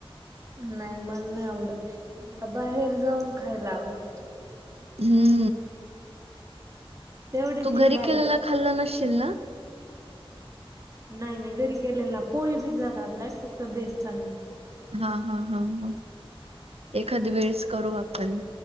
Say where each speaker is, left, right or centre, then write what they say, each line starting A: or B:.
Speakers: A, on the right; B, on the right.
A: नाही मला नाही आवडत. मला बाहेर जाऊन खायला आवडतो.
B: हम्म.
A: तेवढीच
B: तू घरी
A: एक गाडीची
B: केलेला खाल्ला नसशील ना?
A: नाही- नाही घरी केलेला, पोळी पिझ्झा खाल्लाय. फक्त बेसचा नाही खाल्ला.
B: हा, हा, हा, ह. एखाद वेळेस करू आपण.